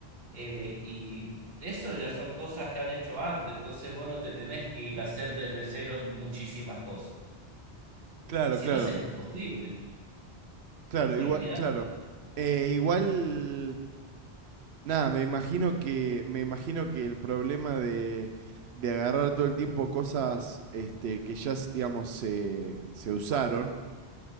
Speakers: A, on the right; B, on the right.
A: eh, y eso ya son cosas que han hecho antes, entonces vos no te tenés que ir a hacer desde cero muchísimas cosas,
B: claro,
A: si
B: claro,
A: no sería imposible,
B: claro,
A: olvidar.
B: igual, claro. Eh, igual, nada, me imagino que, me imagino que el problema de, de agarrar todo el tiempo cosas este, que ya, digamos, se, se usaron,